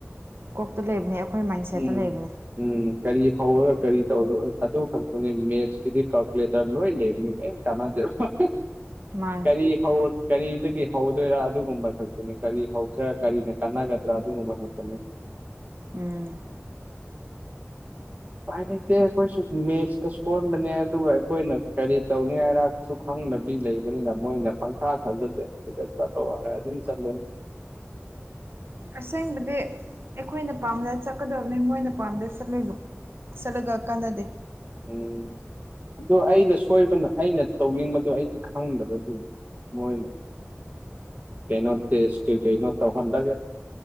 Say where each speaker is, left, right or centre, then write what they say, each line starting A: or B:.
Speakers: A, on the right (about 50°); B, on the right (about 35°).
A: ꯀꯣꯛꯇ ꯂꯩꯕꯅꯦ ꯑꯩꯈꯣꯏ ꯃꯥꯏꯟ ꯁꯦꯠꯇ
B: ꯎꯝ
A: ꯂꯩꯕꯅꯦ
B: ꯎꯝ ꯀꯔꯤ ꯍꯧꯔꯒ ꯀꯔꯤ ꯇꯧꯗꯧꯕ ꯑꯗꯨ ꯈꯛꯇꯅꯤ ꯃꯦꯠꯁꯀꯤꯗꯤ ꯀꯥꯜꯀꯨꯂꯦꯇꯔ ꯂꯣꯏ ꯂꯩꯕꯅꯤ ꯀꯦꯝ ꯀꯥꯟꯅꯗꯦ ꯍ ꯍ
A: ꯃꯥꯅꯦ
B: ꯀꯔꯤ <unintelligible> ꯀꯔꯤꯗꯒꯤ ꯍꯧꯗꯣꯏꯔꯥ ꯑꯗꯨꯒꯨꯝꯕ ꯈꯛꯇꯅꯤ ꯀꯔꯤ ꯍꯧꯁꯤꯔꯥ ꯀꯔꯤꯅ ꯀꯥꯟꯅꯒꯗ꯭ꯔꯥ ꯑꯗꯨꯒꯨꯝꯕ ꯈꯛꯇꯅꯤ
A: ꯎꯝ
B: ꯎꯄꯥꯏ ꯂꯩꯇꯦ ꯑꯩꯈꯣꯏꯁꯨ ꯃꯦꯠꯁꯀ ꯁꯣꯟꯕꯅꯦ ꯑꯗꯨꯒ ꯑꯩꯈꯣꯏꯅ ꯀꯔꯤ ꯇꯧꯅꯤ ꯍꯥꯏꯔ ꯁꯨ ꯈꯪꯗꯕꯤ ꯂꯩꯕꯅꯤꯅ ꯃꯣꯏꯅ ꯄꯪꯊꯥ ꯊꯥꯖꯤꯜꯂꯨ ꯁꯤꯗ ꯆꯠꯂꯣ ꯍꯥꯏꯔ ꯑꯗꯨꯝ ꯆꯠꯂꯦ <inaudible>
A: ꯑꯁꯦꯡꯕꯗꯤ ꯑꯩꯈꯣꯏꯅ ꯄꯥꯝꯅ ꯆꯠꯀꯗꯕꯅꯤ ꯃꯣꯏꯅ ꯄꯥꯝꯗ ꯆꯠꯂꯣꯏꯕ ꯆꯠꯂꯒ ꯀꯥꯟꯅꯗꯦ
B: ꯎꯝ ꯑꯗꯣ ꯑꯩꯅ ꯁꯣꯏꯕꯅ ꯑꯩꯅ ꯇꯧꯅꯤꯡꯕꯗꯣ ꯑꯩꯗꯤ ꯈꯪꯗꯕ ꯑꯗꯨꯒꯤ ꯃꯣꯏꯅ ꯀꯩꯅꯣ ꯇꯦꯁ ꯀꯩ ꯀꯩꯅꯣ ꯇꯧꯍꯜꯂꯒ